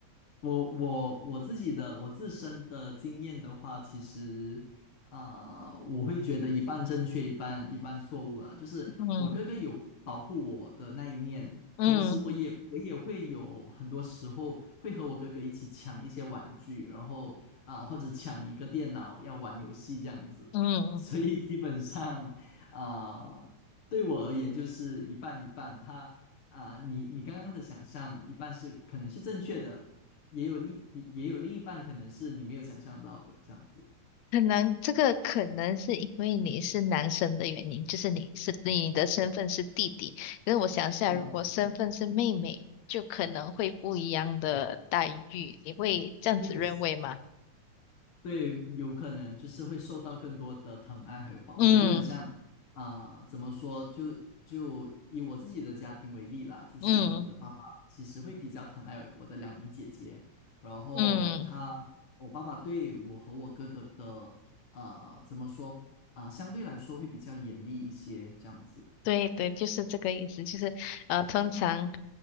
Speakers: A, on the left (about 50°); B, on the left (about 75°).
A: 我我我自己的我自身的经验的话，其实啊、呃我会觉得一半正确，一半一半错误了。就是我哥哥有保护我的那一面，
B: 嗯嗯。
A: 同时我也我也会有很多时候会和我哥哥一起抢一些玩具，然后啊、或者抢一个电脑要玩游戏这样子。
B: 嗯，
A: 所以基本上啊、呃对我而言就是一半一半。他啊、你你刚刚的想象一半是可能是正确的。也有另也有另一半可能是你没有想象到的这样子。
B: 可能这个可能是因为你是男生的原因，就是你是你的身份是弟弟。可是我想一下，
A: 嗯，
B: 如果身份是妹妹，就可能会不一样的待遇。你会这样子认为吗？
A: 就会对，有可能就是会受到更多的疼爱还有保护，
B: 嗯
A: 就很像啊、呃怎么说？就就以我自己的家庭为例啦，就是我的爸爸其实会比较疼爱我的两名姐姐，
B: 嗯
A: 然后他我爸爸对我和我哥哥的呃怎么说啊、
B: 嗯，
A: 相对来说会比较严厉一些，这样子。
B: 对对，就是这个意思。就是呃，通常。